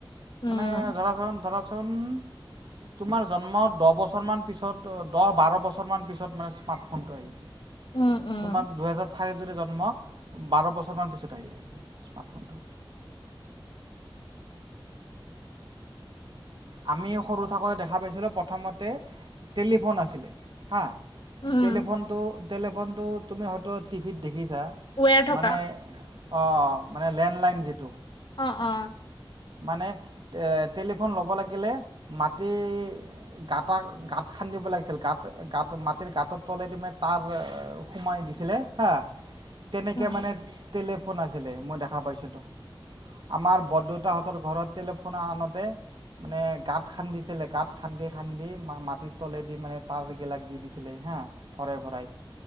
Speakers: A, on the left (about 60°); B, on the right (about 60°).
A: উম,
B: মানে ধৰাচোন ধৰাচোন- তোমাৰ জন্ম দ বছ পিছত দহ বাৰ বছৰ পিছত মানে স্মাৰ্ট ফোনটো আহিছে
A: উম, উম,
B: তোমাৰ দুহেজাৰ চাৰিট যদি জন্ম বাৰ বছৰমান পিছত আহিছে সেই স্মাৰ্টফোনটো আমি সৰু থাকোটে দেখা পাইছিলোঁ প্ৰথমতে টেলিফোন আছিলে হা
A: উম,
B: টেলিফোনটো টেলিফোনটো তুমি হয়টো টিভিত দেখিছ চা
A: ৱেৰ থকা
B: মানে অঁ মানে লেণ্ডলাইন যিটো
A: অ অ
B: মানে টেলিফোন ল'ব লাগিলে মাটি গতা গাত খান্দি ব লাগিছিল গ মাটিৰ গাঁতত তলে দি মেনে তাৰ সোমাই দিছিলে হা তেনেকে
A: উম।
B: মানে টলেিফোন আছিলে মই দেখা পাইছিলো আমাৰ বৰদেউতাহঁতৰ ঘৰত টেলিফোন আনতে মানে গাঁত খান্দিছিলে গাঁত খান্দি খান্দি মা মাটিত তলে দি মানে তাঁৰ গিলাক দি দিছিলে হা ভৰাই ভৰাই